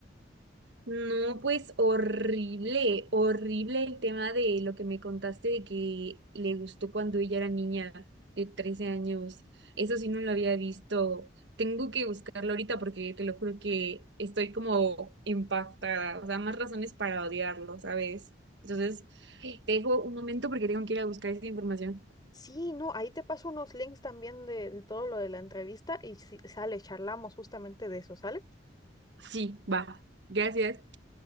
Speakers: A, on the right; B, on the left.
A: No, pues horrible, horrible el tema de lo que me contaste de que le gustó cuando ella era niña de 13 años. Eso sí no lo había visto. Tengo que buscarlo ahorita porque te lo juro que estoy como impactada. O sea, más razones para odiarlo, ¿sabes? Entonces, te dejo un momento porque tengo que ir a buscar esa información.
B: Sí, no, ahí te paso unos links también de, de todo lo de la entrevista y si sale, charlamos justamente de eso, ¿sale?
A: Sí, va. Gracias.